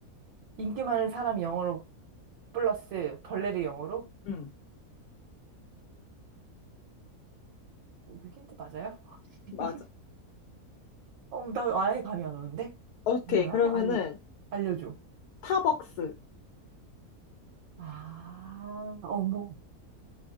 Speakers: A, on the right; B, on the left.
A: 인기 많은 사람 영어로 플러스 벌레를 영어로?
B: 응,
A: 이거 힌트 맞아요? <laughs>
B: 맞아.
A: 어, 나 아예 감이 안 오는데?
B: 오케이.
A: 뭐야?
B: 그러면은
A: 알려, 알려줘.
B: 타벅스.
A: 아, 어머.